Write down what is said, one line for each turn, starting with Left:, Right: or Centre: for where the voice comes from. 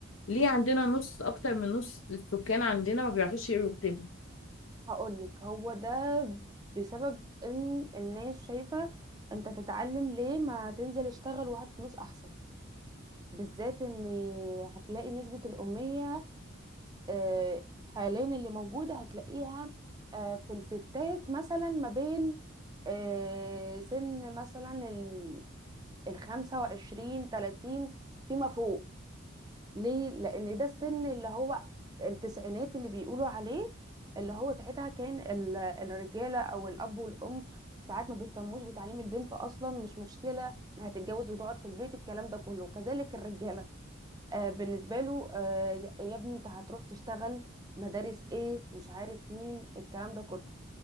Left: ليه عندنا نص اكتر من نص السكان عندنا ما بيعرفوش يقروا ويكتبوا
Right: هقول لك هو ده بسبب ان الناس شايفه انت تتعلم ليه ما تنزل اشتغل وهات فلوس احسن بالذات ان هتلاقي نسبه الاميه آه، حاليا اللي موجوده هتلاقيها آه، في الستات مثلا ما بين آه، سن مثلا ال الخمسة وعشرين تلاتين فيما فوق ليه لان ده السن اللي هو التسعينات اللي بيقولوا عليه اللي هو ساعتها كان ال- الرجاله او الاب والام ساعات ما بيهتموش بتعليم البنت اصلا مش مشكله ما هتتجوز وتقعد في البيت الكلام ده كله وكذلك الرجاله آه بالنسبه له آه يا يا ابني انت هتروح تشتغل مدارس ايه مش عارف مين الكلام ده كله